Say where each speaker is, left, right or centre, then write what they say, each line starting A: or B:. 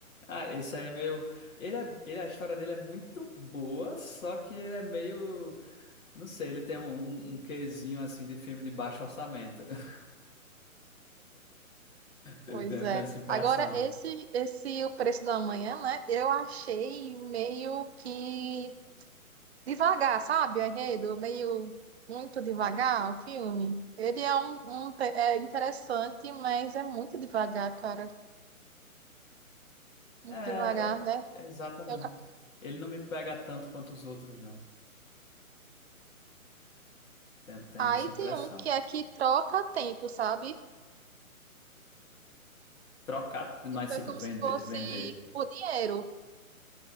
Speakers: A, on the left (about 65°); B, on the right (about 45°).
A: Ah, esse aí é meio. Ele é... ele, a história dele é muito boa, só que ele é meio. Não sei, ele tem um, um quezinho assim de filme de baixo orçamento. <laughs>
B: Pois
A: Eu tenho,
B: é.
A: eu tenho essa impressão.
B: Agora, esse, esse O Preço da Manhã, né? Eu achei meio que devagar, sabe? O enredo, meio muito devagar o filme. Ele é um, um te- é interessante, mas é muito devagar, cara. Muito
A: É,
B: devagar, né?
A: é, exatamente.
B: Eu ca-
A: Ele não me pega tanto quanto os outros, não. Tenho, tenho
B: aí
A: essa impressão.
B: tem um que é que troca tempo, sabe?
A: Trocar, mas
B: Tipo, é
A: tipo,
B: como
A: vender,
B: se fosse
A: vender.
B: por dinheiro.